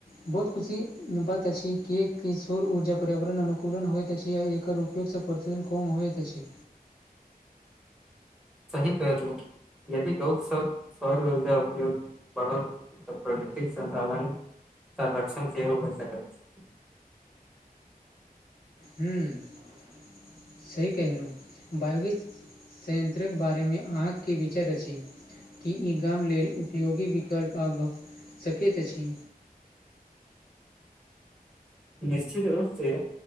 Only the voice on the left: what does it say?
बहुत खुशी बात अछि, किएकि सौर ऊर्जा पर्यावरण अनुकूलन होइत अछि आ एकर। फेर सँ प्रतिदिन कम होइत अछि
हूँ सही कहलहुँ बायोगेस संयंन्त्रक बारेमे अहाँक की विचार अछि की ई गाम लेल उपयोगी विकल्प आब सकैत अछि